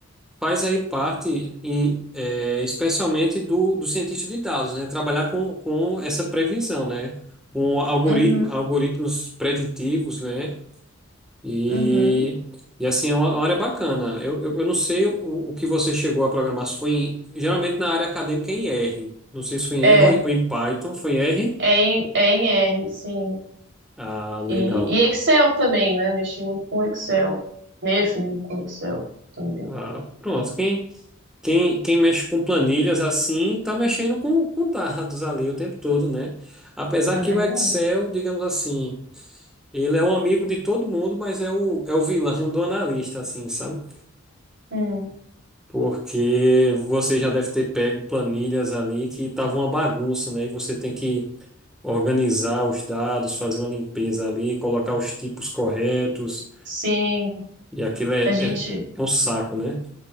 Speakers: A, in the centre; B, on the right.
A: faz aí parte, em, é, especialmente do, do cientista de dados, né? Trabalhar com, com essa previsão, né? Com algoritmo,
B: Uhum,
A: algoritmos preditivos, né? E,
B: uhum.
A: e assim, é uma, uma área bacana. Eu, eu, eu não sei o, o que você chegou a programar, se foi em- geralmente na área acadêmica é em R. Não sei se foi em
B: é,
A: R ou em, ou em Python. Foi em R?
B: é em, é em R, sim.
A: Ah, legal.
B: E, e Excel também, né? Mexi muito com Excel. Mexo muito com Excel também.
A: Ah, pronto. Quem, quem mexe com planilhas assim, está mexendo com, com dados ali o tempo todo, né? Apesar
B: Não
A: que
B: vem
A: o Excel,
B: ruim.
A: digamos assim, ele é um amigo de todo mundo, mas é o, é o vilão do analista, assim, sabe?
B: Hum,
A: Porque você já deve ter pego planilhas ali que estavam uma bagunça, né? E você tem que organizar os dados, fazer uma limpeza ali, colocar os tipos corretos,
B: sim,
A: e aquilo é,
B: a gente.
A: é, é um saco, né?